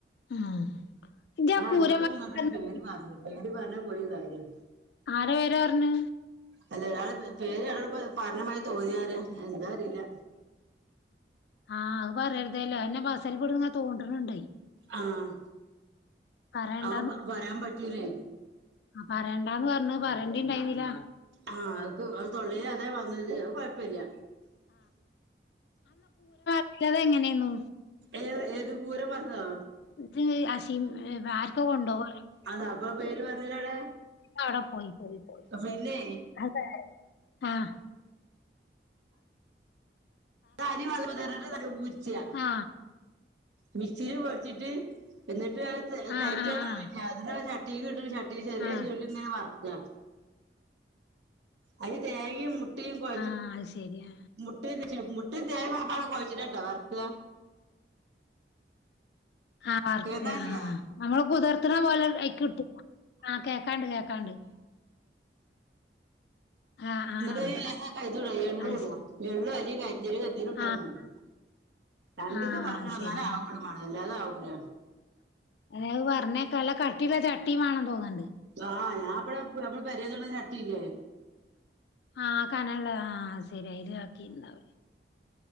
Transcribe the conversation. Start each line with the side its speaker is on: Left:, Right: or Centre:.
Left: ഉം ഇജ് ആ കൂരം
Right: രണ്ടോട്ടം
Left: <unintelligible>
Right: മൂന്നോട്ടം <unintelligible> പറഞ്ഞ പോയി കാര്യം
Left: ആര പേര പറഞ്ഞേ
Right: അല്ല അയാൾ പേര് പറഞ്ഞമതിരി തോന്നിന്നറിയാ എന്താ അറിയില്ല
Left: ആഹ് അത് പറയരുതല്ലോ അയെന്നേ ചിലപ്പോ അങ്ങനെ തൊണ്ട് ന് ണ്ടേ
Right: ആഹ്
Left: പറയണ്ടാന്ന്
Right: അവും പറയാൻ പറ്റൂലേ
Left: ആ പറയേണ്ടാന്ന് പറഞ്ഞു പറയേണ്ടി ഇണ്ടായിരുന്നില്ല
Right: ആ അ തൊളെൽ അതാ വന്നത് അത് കുഴപ്പ പ്പല്യ
Left: ഇത്ത അതെങ്ങനെന്നു
Right: ഏ ഏത് കൂരം വർത്തതോ
Left: <unintelligible> ആർക്കെ കൊണ്ടപോകോ
Right: അതാ അപ്പൊ പേര് പറഞ്ഞില്ലടെ
Left: അവടെ പോയി പോയി പോയി
Right: പിന്നെ
Left: അതെ ആഹ്
Right: <unintelligible>
Left: ആ
Right: മിക്സിയിൽ പൊടിച്ചിട്ട് എന്നിട്ട് അത്
Left: ആ
Right: തരിച്ചോണം
Left: ആ ആ
Right: ഇല്ല അത് തീ ഇടുന്ന ചട്ടി ചെറിയ
Left: ആ
Right: ചൂടിൽ ങ്ങനെ വറുക്കുക അയിൽ തേങ്ങയും മുട്ടയും കുഴച്ച്
Left: ആഹ് അത് ശരിയാ
Right: മുട്ടയും തേങ്ങയും ഒകെ കുഴച്ചിട്ടാ ട്ടോ വർക്ക
Left: ആഹ് വർക്ക്ആഹ്
Right: കേക്കാല്ലേ
Left: നമ്മള് കുതിർത്തണ പോലെ കൈയിക്കിട്ടും ആ കേക്കാണ്ട് കേക്കാണ്ട് ആഹ് ആഹ്
Right: എന്നിട്ട് അതിലേക്ക് ലേശം എള്ളൂ
Left: അത്
Right: ഇടാ
Left: ശ
Right: എള്ളു അരി കരിഞ്ചീരകം ഇട്ടാ
Left: ആഹ്
Right: മതി രണ്ടീസം
Left: ആഹ്
Right: വർക്കണം
Left: അത് ശരിയാ
Right: ന്നാലെ ആവോല്ലു മളെ അല്ലാതെ അവൂല
Left: അതേ അത് പറഞ്ഞേക്ക നല്ല കട്ടിയുള്ള ചട്ടി വേണം തോന്നണ്ട്
Right: ആഹ് ഞാൻ ഇവിടെ നമ്മൾ പേരൽ ഉള്ള ചട്ടില്ലേ
Left: ആഹ് കനം ഉള്ള ആ ശരിയ അയില് ആക്കിണ്ടാവൂല്ലേ